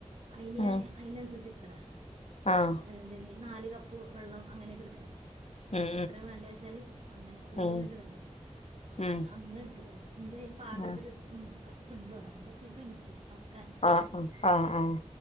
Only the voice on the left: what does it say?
ആഹ്
ആഹ് ആഹ്
ഉം
ഉം ഉം
ഉം
ആഹ്
ആഹ് ആഹ് ആഹ്